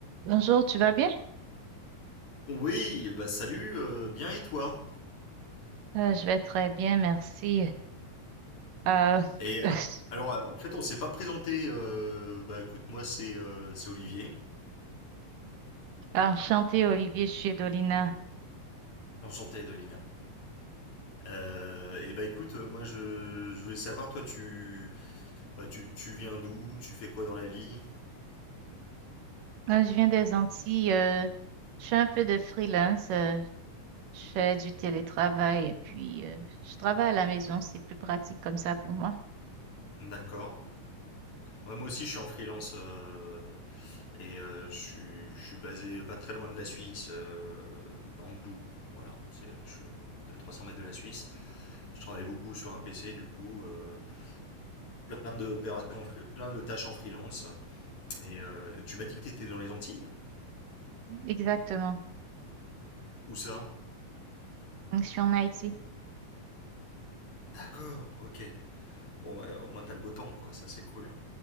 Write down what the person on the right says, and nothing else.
Bonjour, tu vas bien?
Euh, je vais très bien, merci. Euh,
<laughs>
enchantée, Olivier je Chiedolina.
Euh, je viens des Antilles. euh, je fais un peu de freelance. euh, je fais du télétravail et puis euh, je travaille à la maison. C'est plus pratique comme ça pour moi.
Exactement.
Donc, Je suis en Haïti.